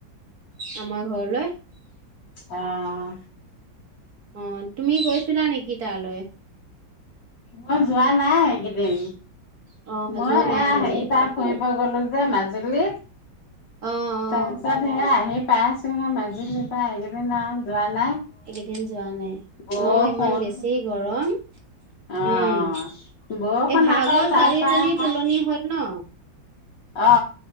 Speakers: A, on the right; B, on the left.
A: আমাৰ ঘৰলৈ
B: অঁ
A: অ তুমি গৈছিলা নেকি তালৈ
B: মই যোৱা নাই সকেইদিন
A: অ'
B: মই
A: যোৱা নাই
B: এ
A: নেকি
B: হেৰি পাৰ ফুৰি মই গ'লে যে মাজুলীত
A: অ'
B: তাৰ
A: অ'
B: পিছত সে আহি পাইছোন সে মাজুলখিনিৰ পৰা সকেই ন য
A: এইকেইদিন যোৱা নাই
B: বৰষুণ
A: অ ইমান বেছি গৰম
B: অ',
A: উম
B: বৰষুণ
A: এই ভাগৰ
B: আকৌ তাৰ
A: ছোৱালীজনীৰ
B: পৰা আহা
A: তুলনি হল ন
B: অ